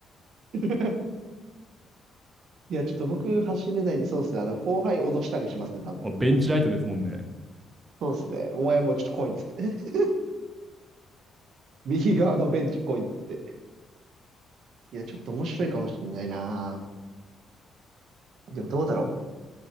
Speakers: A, on the right; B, on the right.
A: <laughs> いや、ちょっと僕走れないんで、そうっすね。あの、後輩脅したりしますね、多分。
B: もうベンチライトですもんね。
A: そうっすね。お前もうちょっと来いっつって。<laughs> 右側のベンチ来いっつって。いや、ちょっと面白いかもしれないな。でもどうだろ